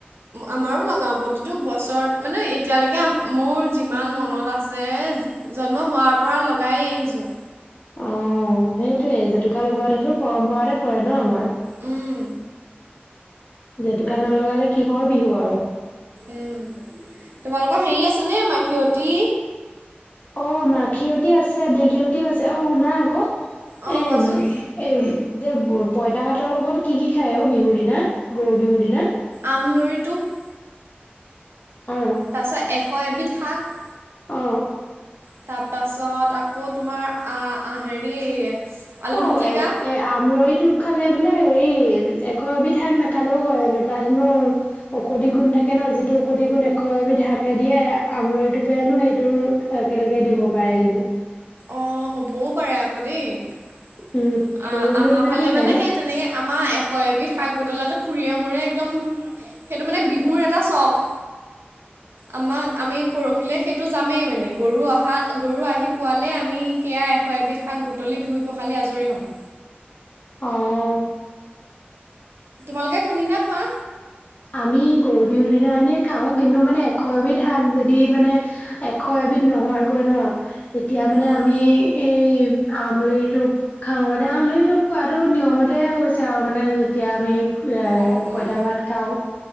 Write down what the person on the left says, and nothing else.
অ সেইটয়ে জেতুকা লগোৱাটোতো পৰম্পৰাতে পৰে ন আমাৰ।
জেতুকা নলগালে কিহৰ বিহু আৰু!
অ মাখিয়তি আছে দীঘলতিও আছে অ শুনা আকৌ
এ
এই যে পঁইতা ভাতৰ লগত কি কি খাই অ বিহুৰ দিনা, গৰু বিহুৰ দিনা
অ
অহ।
অ
এ এয়া। আমলৈ টোপ খালে বোলে হেৰি এশ এবিধ শাক নাখালেও হয়নো তাত হেনো ঔষধি গুণ থাকে ন যিটো খুড়ী গুণ এশ এবিধ হাকে দিয়ে আমলৰিটোপে হেনো সেইটো একেলগে দিব পাৰে হেনো।
উম গৰু বিহুৰ
দিনাখনি
খাই
ন
অহ।
আমি গৰু বিহুৰ দিনাই আমি খাওঁ! কিন্তু মানে এশ এবিধ শাক যদি মানে এশ এবিধ নহয়গৈ ন তেতিয়া মানে
আমি এই আমলি টোপ খাও মানে আমলিটোপ খাতটো নিয়মতে হৈছে আৰু মানে যেতিয়া আমি ৰাই
পঁইতা ভাত খাওঁ